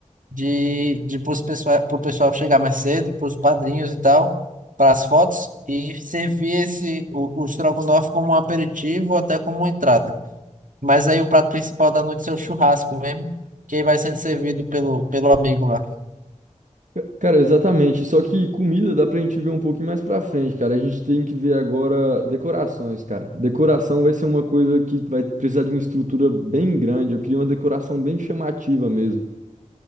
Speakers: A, on the right; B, on the right.
A: de, de para pessoal, pro pessoal chegar mais cedo, para os padrinhos e tal, para as fotos, e servir esse, o, o estrogonofe como um aperitivo ou até como uma entrada. Mas aí o prato principal da noite é o churrasco mesmo, que aí vai sendo servido pelo, pelo amigo lá.
B: Ca- Cara, exatamente. Só que comida dá pra gente ver um pouquinho mais pra frente, cara. A gente tem que ver agora decorações, cara. Decoração vai ser uma coisa que vai precisar de uma estrutura bem grande. Eu queria uma decoração bem chamativa mesmo.